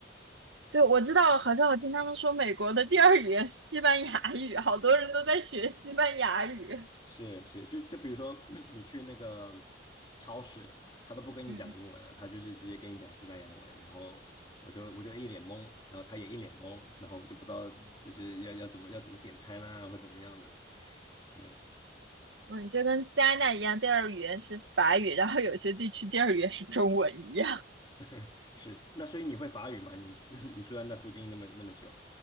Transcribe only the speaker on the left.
是是，就就比如说 <clears throat> 你去那个超市，他都不跟你讲英文了，
他就是直接跟你讲西班牙文，然后我就我就一脸懵，然后他也一脸懵，然后我就不知道就是要要怎么要怎么点餐啊，或怎么样的。对，
<laughs> 是，那所以你会法语吗？你 <laughs> 你住在那附近那么那么久？